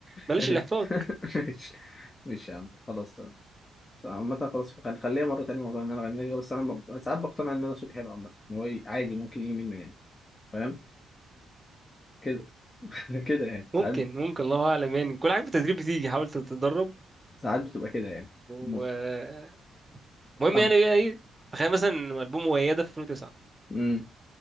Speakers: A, on the right; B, on the left.
A: بلاش
B: ماشي
A: الاحراج
B: <laughs> ماشي ماشي يا عم خلاص تمام عامة خلاص فوق يعني خليها مرة تانية موضوع إن أنا أغني لك بس أنا ب- ساعات بقتنع إن أنا صوتي حلو عامة إن هو ي- عادي ممكن يجي منه يعني فاهم كده <laughs> كده يعني ساعات
A: ممكن ممكن الله اعلم يعني كل حاجه بالتدريب بتيجي حاول تتدرب
B: ساعات بتبقى كده يعني
A: ومهم
B: م-
A: يعني
B: فاهم
A: بقى ايه تخيل مثلا البوم وياده في 2009
B: امم